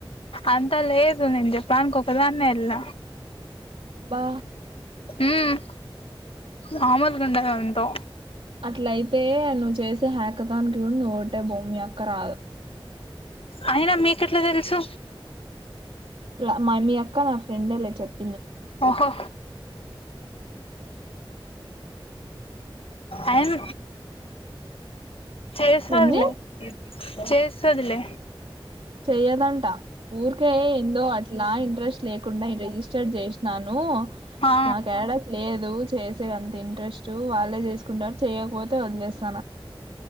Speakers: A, on the left (about 90°); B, on the right (about 85°).
A: అంత లేదు నేన్ జెప్ దానికి ఒక్క దాన్నే వెళ్ళ
B: అబ్బా
A: ఊమ్ మామల్ గుండద్ వాన్తో
B: అట్లయితే నువ్వు చేస్ హేకతాన్ కూడ నువ్ ఒకటే బో మీ అక్క రాదు
A: అయినా మీకెట్ల తెలుసు
B: ల మమీయా క్క మా ఫ్రెండ్ లే చెప్
A: ఓహో అయన చేస్డలే
B: ఏంది
A: చేస్స్తదిలే
B: చెయ్యదంట ఊరికే ఎందో అట్లా ఇంట్రెస్ట్ లేకుండ రిజిస్టర్ చేసినాను
A: ఆ
B: నాకు ఏడ లేదు చేసే అంత ఇంట్రెస్టూ వాళ్ళే చేసుకుంటారు. చేయకపోతే వదిలేస్తా